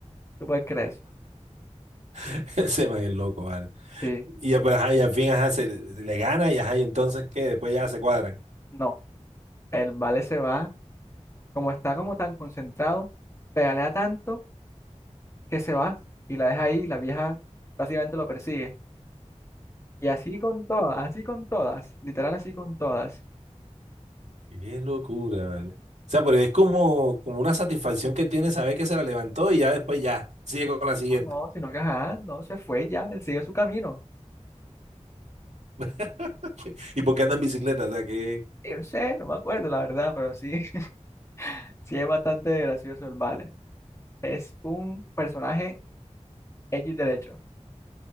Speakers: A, on the left; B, on the right.
A: ¿Tú puedes creer eso?
B: <laughs> Ese man es loco, vale.
A: Sí,
B: Y ya, pero ajá, y al fin, ajá, se le, le gana y ajá, y entonces, ¿qué? Después ya se cuadran.
A: no. El vale se va, como está como tan concentrado, pedalea tanto que se va y la deja ahí y la vieja básicamente lo persigue. Y así con todas, así con todas, literal así con todas.
B: Qué locura, vale. O sea, pero es como, como una satisfacción que tiene saber que se la levantó y ya después ya, sigue con la
A: No,
B: siguiente.
A: no, sino que ajá, no se fue ya, él sigue su camino.
B: <laughs> ¿Y por qué anda en bicicleta? O sea, que...
A: Y no sé, no me acuerdo la verdad, pero sí, <laughs> sí es bastante gracioso el vale. Es un personaje X derecho.